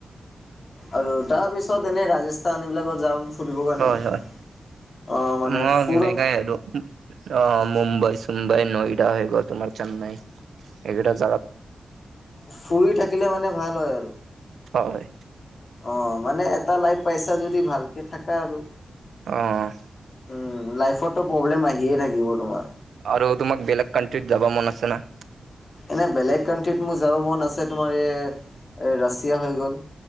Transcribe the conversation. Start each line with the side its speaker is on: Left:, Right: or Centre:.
Left: আৰু তাৰপিছত এনেই ৰাজস্থান এইবিলাকত যাম। ফুৰিবৰ কাৰণে
Right: হয়
Left: অ
Right: হয়
Left: মানে
Right: মই
Left: ফুৰত
Right: <unintelligible> অ মুম্বাই চোম্বাই নয়দা হৈ গ'ল তোমাৰ চেন্নাই এইকেইটা যাগা।
Left: ফুৰি থাকিলে মানে ভাল হয় আৰু।
Right: হয়।
Left: অ মানে এটা লাইভ পাইছা যদি ভালকে থাকা আৰু।
Right: অ'।
Left: উম লাইফতো প্ৰব্লেম আহিয়ে থাকিব তোমাৰ।
Right: আৰু তোমাক বেলেগ কাণ্ট্ৰিত যাব মন আছে না।
Left: এনে বেলেগ কানট্ৰিত মোৰ যাব মন আছে তোমাৰ এ এ ৰাছিয়া হৈ গ'ল।